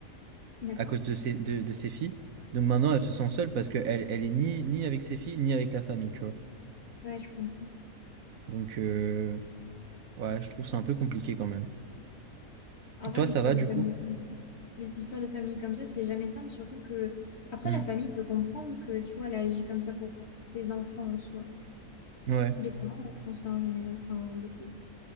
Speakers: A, on the left (about 50°); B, on the right (about 75°).
A: D'accord?
B: à cause de ses, de, de ses filles. Donc maintenant,
A: Oui,
B: elle se sent seule parce qu'elle elle est ni, ni avec ses filles, ni avec la famille, tu vois.
A: ouais, je comprends.
B: Donc, euh, ouais, je trouve ça un peu compliqué quand même.
A: En vrai,
B: Toi,
A: l'histoire
B: ça va
A: de
B: du
A: famille
B: coup?
A: comme ça, les histoires de famille comme ça, c'est jamais simple, surtout que après
B: Mm.
A: la famille peut comprendre que tu vois, elle agit comme ça pour pour ses enfants en soi.
B: Ouais.
A: Tous les parents en font ça en général, enfin beaucoup.